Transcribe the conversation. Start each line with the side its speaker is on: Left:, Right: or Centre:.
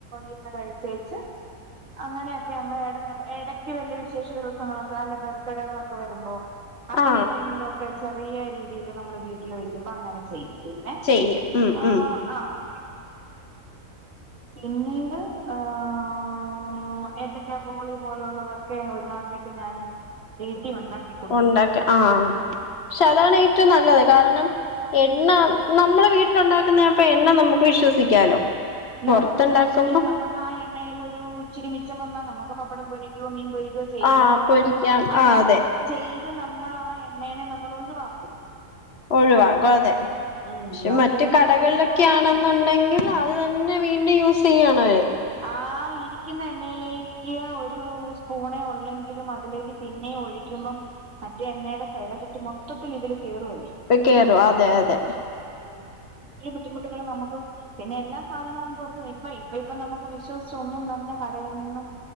Right: ഇരുന്ന് കഴിക്ക് ചേച്ചി അങ്ങനെയൊക്കെ അങ്ങ് ഇട ഇടയ്ക്ക് വല്ല വിശേഷ ദിവസങ്ങളൊക്കെ അല്ലെ ബർത്ത്ഡേകളൊക്കെ വരുമ്പോ അങ്ങനെ
Left: ആ
Right: എന്തെങ്കിലുമൊക്കെ ചെറിയ രീതിയിൽ നമ്മള് വീട്ടിൽ വെക്കുമ്പോ അങ്ങനെ ചെയ്യും പിന്നെ
Left: ചെയ്യും ഉം
Right: ആഹ്
Left: ഉം
Right: ആഹ് പിന്നീട് ആഹ് ഏത്തക്ക ബോളി പോലുള്ളതൊ- ക്കെ ഒരുമാതിരിയൊക്കെ ഞാൻ വീട്ടില് ഉണ്ടാക്കി കൊടുക്കും
Left: ഉണ്ടാക്കെ ആഹ് പക്ഷെ അതാണ് ഏറ്റവും നല്ലത് കാരണം എണ്ണ നമ്മളെ വീട്ടിലുണ്ടാക്കുന്നപ്പൊ എണ്ണ നമുക്ക് വിശ്വസിക്കാലോ പൊറത്തുണ്ടാക്കുമ്പോ
Right: നമുക്ക് വിശ്വസിക്കാം നമുക്ക് ആ എണ്ണയിലൊരു ഇച്ചിരിമിച്ചം വന്നാൽ നമുക്ക് പപ്പടം പൊരുക്കയോ മീൻ പൊരികോ ചെയ്യാം
Left: ആഹ് പൊരിക്കാം
Right: അങ്ങനെ
Left: ആഹ് അതെ
Right: ചെയ്ത് നമ്മള് ആ എണ്ണേനെ നമ്മള് ഒഴിവാക്കും
Left: ഒഴിവാകും അതെ പക്ഷെ
Right: ഉം മറ്റതെന്ന്
Left: മറ്റ് കടകളിലൊക്കെയാണെ
Right: പറയുമ്പോ
Left: ണ്ടെങ്കിൽ അത് തന്നെ വീണ്ടും യൂസ് ചെയ്യാണവര്
Right: ആഹ് ഇരിക്കുന്ന എണ്ണയിലേക്ക് ഒരു സ്പൂണേ ഉള്ളെങ്കിലും അതിലേക്ക് പിന്നെയും ഒഴിക്കുമ്പം മറ്റേ എണ്ണയുടെ സൈഡ് എഫക്റ്റ് മൊത്തത്തിൽ ഇതില് കേയറുവല്ലേ
Left: കേറും അതെ അതെ
Right: ആഹ് അങ്ങെനെ ഒത്തിരി ബുദ്ധിമുട്ടുകള് നമ്ക്ക് പിന്നെ എല്ലാ സാധനവും പുറത്ത് ഇപ്പ ഇപ്പ ഇപ്പം നമക്ക് വിശ്വസിച്ചാെന്നും തന്നെ കടയിൽ നിന്നും